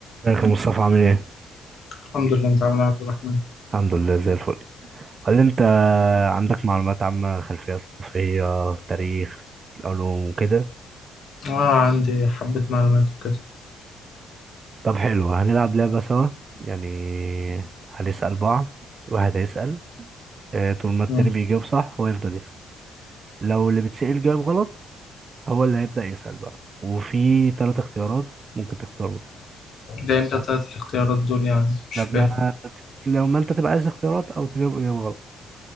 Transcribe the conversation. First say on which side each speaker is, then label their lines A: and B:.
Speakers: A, on the right; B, on the left.
A: ازيك يا مصطفى عامل ايه؟
B: الحمد لله انت عامل ايه يا عبد الرحمن
A: الحمد لله زي الفل هل انت عندك معلومات عامة خلفية ثقافية تاريخ علوم وكده؟
B: اه عندي حبة معلومات وكده
A: طب حلو هنلعب لعبة سوا يعني هنسأل بعض واحد هيسأل اه، طول ما التاني
B: مم.
A: بيجاوب صح هو يفضل يسأل لو اللي بيتسأل جاوب غلط هو اللي هيبدأ يسأل بقى وفي تلات اختيارات ممكن تختار منهم
B: ده امتى
A: اه.
B: تلات الاختيارات دول يعني مش
A: لما
B: فاهم
A: لو ما انت تبقى عايز اختيارات او تجاوب اجابة غلط